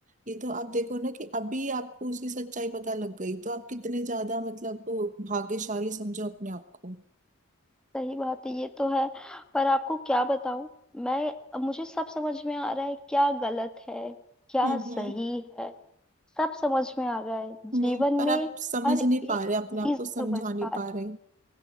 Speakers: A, on the right (about 40°); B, in the centre.
A: ये तो आप देखो ना कि अभी आपको उसकी सच्चाई पता लग गई तो आप कितने ज्यादा मतलब भाग्यशाली समझो अपने आप को
B: सही बात है ये तो है पर आपको क्या बताऊं मैं मुझे सब समझ में आ रहा है क्या गलत है क्या
A: हम्म
B: सही
A: हम्म
B: है सब समझ में आ रहा है जीवन
A: हम्म पर
B: में
A: आप समझ
B: हर एक
A: नहीं पा रहे अपने आप
B: चीज
A: को
B: समझ
A: समझा नहीं
B: आ
A: पा
B: रही
A: रहे